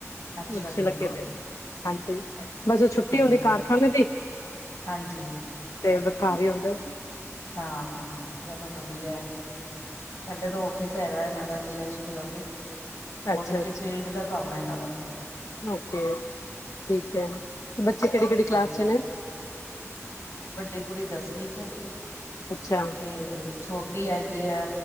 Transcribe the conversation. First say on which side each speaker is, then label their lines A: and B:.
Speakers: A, on the left (about 55°); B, on the left (about 75°).
A: ਅੱਛਾ
B: <unintelligible>
A: ਜੀ
B: ਹਾਂਜੀ
A: ਅੱਛਾ
B: ਬਸ ਓੁਹ ਛੁੱਟੀ
A: ਹੂੰ
B: ਹੁੰਦੀ
A: ਹੂੰ
B: ਕਾਰਖਾਨੇ ਦੀ
A: ਹਾਂਜੀ।
B: ਤੇ <unintelligible>
A: ਹਾਂ ਹਾਂ ਹਾਂ ਚਲੋ ਵਧੀਆ ਹੈ। ਸਾਡੇ ਦੋ ਆਫਿਸ ਹੈਗਾ ਇਹਨਾਂ ਦਾ ਜੀ ਐਸ ਟੀ ਆਫਿਸ ਉਹਦੇ
B: ਅੱਛਾ
A: ਚ
B: ਅੱਛਾ
A: ਫੀਲਡ ਦਾ ਕੰਮ ਹੈ ਇਹਨਾਂ ਦਾ।
B: ਓਕੇ
A: ਹੂੰ
B: ਠੀਕ ਹੈ ਬੱਚੇ ਕਿਹੜੀ ਕਿਹੜੀ
A: ਹਾਂਜੀ
B: ਕਲਾਸ ਚ ਨੇ?
A: ਵੱਡੀ ਕੁੜੀ ਦਸਵੀਂ ਚ
B: ਅੱਛਾ
A: ਤੇ ਛੋਟੀ ਹੈਗੀ ਆ